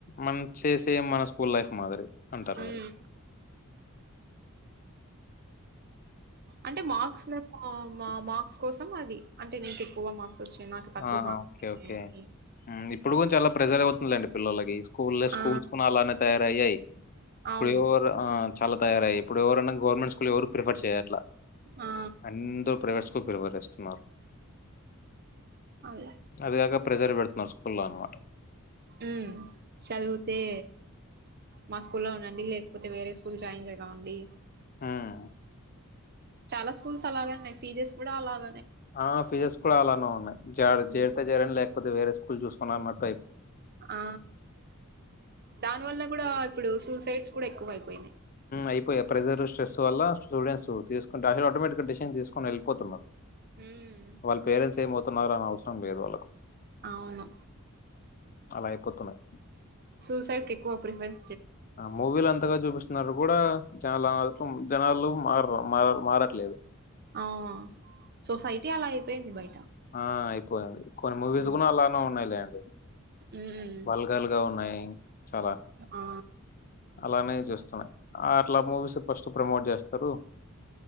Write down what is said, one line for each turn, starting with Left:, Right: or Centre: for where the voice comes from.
Left: మన చేసేం మన స్కూల్. మాదిరి అంటరు.
Right: ఉమ్ అంటే మార్క్స్ మేము మా మార్క్స్ కోసం అది అంటే నీకు ఎక్కువ మార్క్స్ వచ్చాయి నాకు తక్కువ
Left: ఆ
Right: మార్క్స్
Left: ఓకే
Right: వచ్చాయని.
Left: ఓకే ఇప్పుడు కూడా కోన్ ప్రెజర్ అవుతుంది లెండి పిల్లకి. స్కూల్ లో స్కూల్స్
Right: ఆ
Left: కూడా అలానే తయారయ్యాయి. ఇప్పుడు
Right: అవును
Left: ఎవరు చాలా తయారయ్యాయి. ఇప్పుడు ఎవరన్నా, గవర్నమెంట్ స్కూల్ ఎవరు ప్రిఫర్ చేయరు.
Right: ఆ
Left: అందరూ ప్రవే ఎవరు వేస్తున్నారు.
Right: అలా
Left: అదిగకా ప్రెజర్. మా స్కూల్లల్ల.
Right: ఉమ్ చదివితే మా స్కూల్లో లో ఉండండి లేకపోతే వేరే స్కూల్ జాయిన్ చేయ కావండి.
Left: హ్మ్.
Right: చాలా స్కూల్స్ అలాగేన్నాయి. ఫీజెస్ కూడా అలాగ
Left: ఆ ఫిజెస్ కూడా అలానే ఉన్నాయి.
Right: హ్మ్.
Left: చేరితే జెరండి లేక పోతే వేరే స్కూల్ చూసుకోవాలన్నట్టు.
Right: ఆ దాని వల్ల కూడా ఇప్పుడు సూసైడ్స్. ఎక్కువ అయిపోయినాయి
Left: అయిపోయా ప్రెజర్ స్ట్రెస్ వల్ల స్టూడెంట్స్ తీసుకుొ అలు ఆటోమేటిక్ గా డిషన్ తీసుకొని ఎళ్ళిపో పోతున్నారు
Right: ఉమ్
Left: వాళ్ళ పేరెట్స్ ఏమో న్నారు అని అవసరం లేదు వాళ్ళలకు
Right: అవును
Left: అలా అయ్యిపోతున్నాయి
Right: సూసైడ్ కి ఎక్కువ పెర్ఫర్
Left: మూవీలు అంతగా చూపిస్తా కూడా జనాఅహల్పం జనాలు మారరు మారు మారట్లలేదు
Right: ఆ సొసైటీ అలా అయిపోయింది బయట
Left: ఆ అయిపోయి కొన్ని మూవీస్
Right: ఉమ్
Left: కూడా అలానే ఉన్నాయిలేండి
Right: ఉమ్
Left: వల్గాల్గా ఉన్నాయి చాలా
Right: ఆ
Left: అలానే చేస్తున్నాయి అట్లా మూవీస్ ఫస్ట్ ప్రమోట్ చేస్తారు